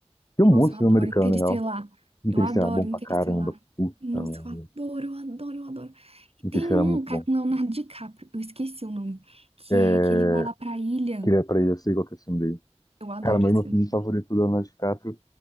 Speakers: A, on the left; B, on the right.
A: Tem
B: Nossa,
A: um monte de
B: eu
A: filme
B: adoro
A: americano,
B: Interestelar.
A: né? Interestelar
B: Eu adoro
A: é bom pra
B: Interestelar.
A: caramba. Puta
B: Nossa,
A: merda.
B: eu adoro, eu adoro, eu adoro. E
A: Interestelar
B: tem um
A: é muito
B: cara
A: bom.
B: com Leonardo DiCaprio, eu esqueci o nome, que
A: É...
B: é que ele vai lá pra ilha.
A: Queria pra ele, eu sei qual que é o filme dele.
B: Eu adoro
A: Cara, mas
B: esse
A: meu
B: filme.
A: filme favorito do Leonardo DiCaprio